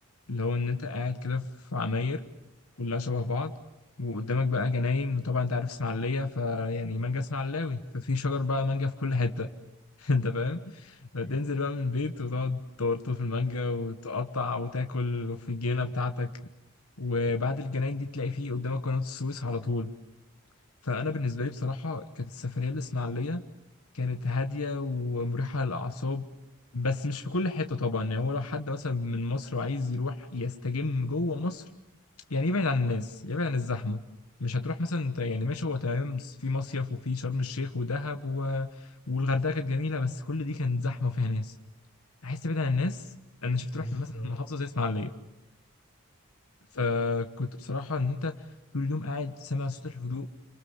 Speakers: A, on the left; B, on the left.
A: لو ان انت قاعد كده في عماير كلها شبه بعض وقدامك بقى جناين وطبعا انت عارف اسماعيليه فيعني مانجا اسماعيلاوي ففي شجر بقى مانجا في كل حته
B: <laughs>
A: <laughs> انت فاهم فتنزل
B: ايوه
A: بقى من البيت وتقعد تورطه في المانجا وتقطع وتاكل في الجنينه بتاعتك وبعد الجناين دي تلاقي فيه قدامك قناة السويس على طول فأنا بالنسبة لي بصراحة كانت السفرية الإسماعيلية كانت هادية ومريحة للأعصاب بس مش في كل حتة طبعا يعني هو لو حد مثلا من مصر وعايز يروح يستجم جوه مصر يعني يبعد عن الناس يبعد عن الزحمة مش هتروح مثلا انت يعني ماشي هو تمام في مصيف وفي شرم الشيخ ودهب و... والغردقة كانت جميلة بس كل دي كانت زحمة وفيها ناس عايز تبعد عن الناس انا شفت
B: بس
A: روح مثلا
B: آه،
A: محافظة زي اسماعيلية فكنت بصراحة ان انت طول اليوم قاعد سامع صوت الهدوء